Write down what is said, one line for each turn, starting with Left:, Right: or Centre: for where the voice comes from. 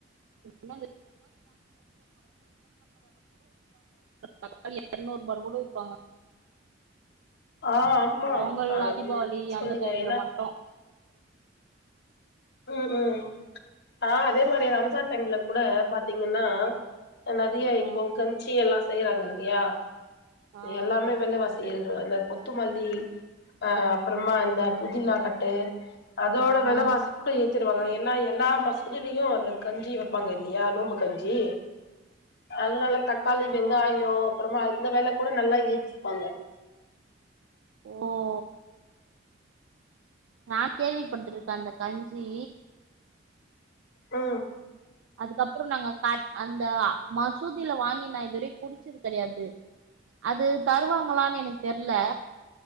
Right: <inaudible> <inaudible> தக்காளி எர்நூர்பான் கூட விப்பாங்க.
Left: ஆ ஆம்மா
Right: இந்த பொங்கல்
Left: அ
Right: தீபாவளி
Left: ன்னு சொல்லுங்க
Right: அந்த டைம்ல
Left: ஏனா
Right: மட்டு
Left: ம் ம் ஆ அதே மாரி ரம்ஜான் டைம்ல கூட பாத்தீங்கன்னா அ நறிய இப்போ
Right: ஆ
Left: கன்ஞ்சி எல்லா செய்யறாங்க இல்லையா
Right: ஆ
Left: எல்லாமே வெல வாசி ஏறிறு அந்த கொத்துமல்லி அ அப்பறமா அந்த புதினாக் கட்டு. அதோட வெல
Right: ஆ
Left: வாசி ஏத்திடுவாங்க ஏன்னா எல்லா மசூதியிலியு அந்த கஞ்சி வெப்பாங்க இல்லையா நோம்பு கஞ்சி அதுனால
Right: ஆமாமா
Left: தக்காளி
Right: ஆ
Left: வெங்காயோ அப்றமா இந்த வேல கூட நல்லா ஏத்திப்பாங்க
Right: ஓ நா கேள்விப்பட்டுருக்கே அந்த கஞ்சி
Left: உ
Right: அதுக்கப்றோ நாங்க கா அந்த மசூதியில வாங்கி நா இதுவரி க்கு குடிச்சது கிடையாது அது தருவாங்களான்னு எனக்கு தெர்ல